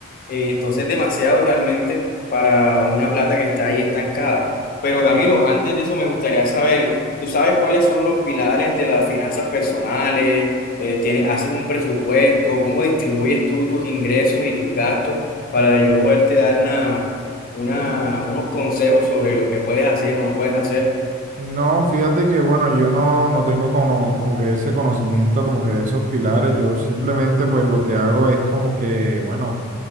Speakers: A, on the left; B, on the right.
A: Eh, entonces, demasiado realmente para una plata que está ahí estancada. Pero Camilo, antes de eso me gustaría saber, ¿tú sabes cuáles son los pilares de las finanzas personales? Eh, ¿tienes- haces un presupuesto? ¿Cómo distribuyes tú tus ingresos y tus gastos para yo poderte dar una, una, unos consejos sobre lo que puedes hacer o no puedes hacer?
B: No, fíjate que bueno, yo no, no tengo como, como que ese conocimiento, como que de esos pilares, yo simplemente pues lo que hago es como que, bueno,